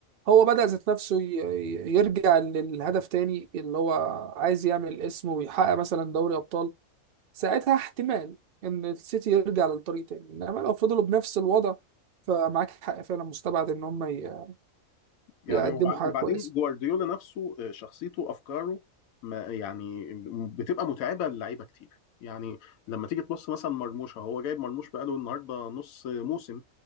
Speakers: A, on the right; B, on the left.
A: هو بدأ ذات نفسه ي- ي- يرجع للهدف تاني اللي هو عايز يعمل اسم ويحقق مثلا دوري أبطال ساعتها احتمال ان السيتي يرجع للطريق تاني انما لو فضلوا بنفس الوضع فمعاك حق فعلا مستبعد ان هم ي-
B: يعني
A: يقدموا
B: وبعد-
A: حاجه
B: وبعدين
A: كويسه
B: جوارديولا نفسه آه، شخصيته افكاره ما يعني بتبقى متعبه للعيبه كتير يعني لما تيجي تبص مثلا مرموش هو جايب مرموش بقاله النهارده نص موسم